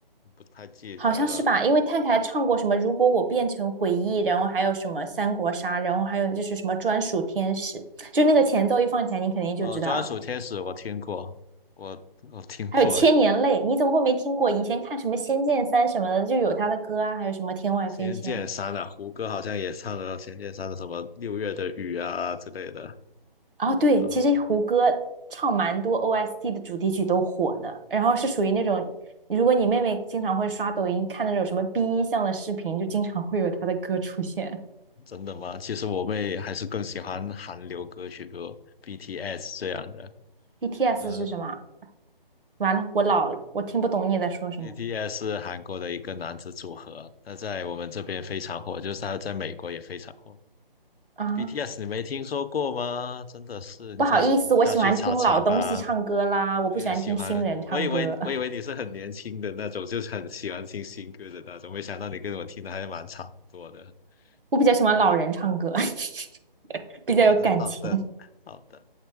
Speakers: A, on the left; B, on the right.
A: 不太记得了。
B: 好像是吧？因为 Tank 还唱过什么如果我变成回忆，然后还有什么三国杀，然后还有就是什么专属天使，就那个前奏一放起来，你肯定就知道了。
A: 呃，专属天使我听过，我我听过
B: 还有千年泪，你怎么会没听过？以前看什么《仙剑三》什么的，就有他的歌啊，还有什么《天外飞仙》。
A: 《仙剑三》啊，胡歌好像也唱了《仙剑三》的什么《六月的雨》啊之类的。
B: 哦，对，
A: 然后，
B: 其实胡歌唱蛮多 OST 的主题曲都火的，然后是属于那种，如果你妹妹经常会刷抖音看那种什么 B 一项的视频，就经常会有他的歌出现。
A: 真的吗？其实我妹还是更喜欢韩流歌曲，比如 BTS 这样的。
B: BTS
A: 嗯、
B: 是什么？完了，我老了，我听不懂你在说什么
A: BTS 是韩国的一个男子组合，那在我们这边非常火，就是他在美国也非常火。
B: 啊！
A: BTS 你没听说过吗？真的是，你再下去查查吧。
B: 不好意思，我喜欢听老东西唱歌啦，
A: 我也喜欢，
B: 我不喜欢听新人唱歌。
A: 我以为我以为你是很年轻的那种，
B: <laughs>
A: 就是很喜欢听新歌的那种，没想到你跟我听的还蛮差不多的。
B: 我比较喜欢老人唱歌，
A: 嗯
B: <laughs> 比较有感情。
A: 好的，好的，好的。